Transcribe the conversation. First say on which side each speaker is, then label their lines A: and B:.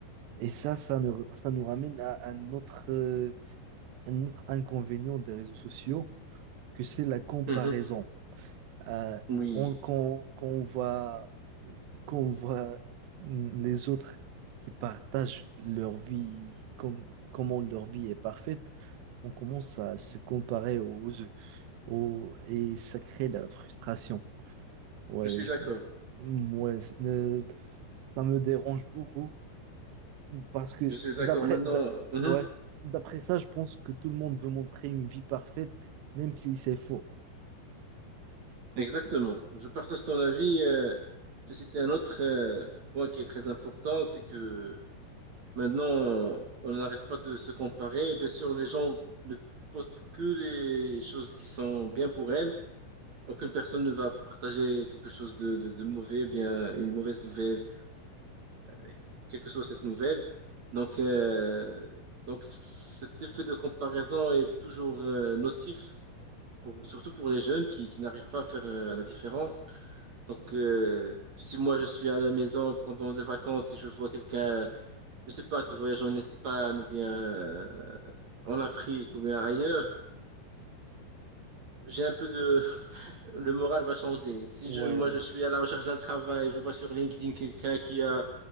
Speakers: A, on the right; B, on the right.
A: Et ça, ça nous, ça nous ramène à un autre, euh, un autre inconvénient des réseaux sociaux, que c'est la comparaison.
B: Mhm.
A: Euh,
B: Oui,
A: on- quand, quand on voit, quand on voit les autres qui partagent leur vie, comme, comment leur vie est parfaite, on commence à se comparer aux, aux, et ça crée de la frustration. Ouais,
B: je suis
A: je-
B: d'accord.
A: ouais, euh, ça me dérange beaucoup. Parce que
B: Je suis d'accord
A: d'après
B: maintenant.
A: d'a-
B: Mhm.
A: ouais, d'après ça, je pense que tout le monde veut montrer une vie parfaite, même si c'est faux.
B: Exactement. Je partage ton avis. euh, Je citais un autre euh, point qui est très important, c'est que maintenant, on n'arrête pas de se comparer. Bien sûr, les gens ne postent que les choses qui sont bien pour elles. Aucune personne ne va partager quelque chose de, de, de mauvais, bien une mauvaise nouvelle, euh, quelle que soit cette nouvelle. Donc, euh, donc cet effet de comparaison est toujours euh, nocif pour, surtout pour les jeunes qui, qui n'arrivent pas à faire euh, la différence. Donc, euh, si moi je suis à la maison pendant les vacances et je vois quelqu'un, je sais pas, qui voyage en Espagne ou bien euh, en Afrique ou bien ailleurs, j'ai un peu de, <laughs> le moral va changer. Si
A: Ouais,
B: je, moi je suis à la recherche d'un travail, je vois sur LinkedIn quelqu'un qui a